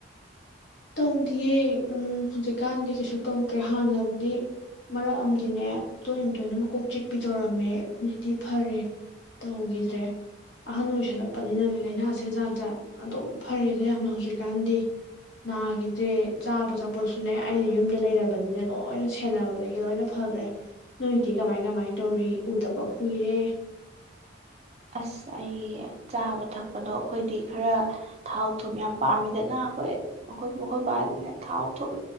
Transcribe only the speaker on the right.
ꯑꯁ ꯑꯩ ꯆꯥꯕ ꯊꯛꯄꯗꯣ ꯑꯩꯈꯣꯏꯗꯤ ꯈꯔ ꯊꯥꯎ ꯊꯨꯝ ꯌꯥꯝ ꯄꯥꯝꯃꯤꯗꯅ ꯑꯩꯈꯣꯏ ꯑꯩꯈꯣꯏ ꯃꯈꯣꯏ ꯕꯥꯗꯤꯅꯦ ꯊꯥꯎ ꯊꯨꯝ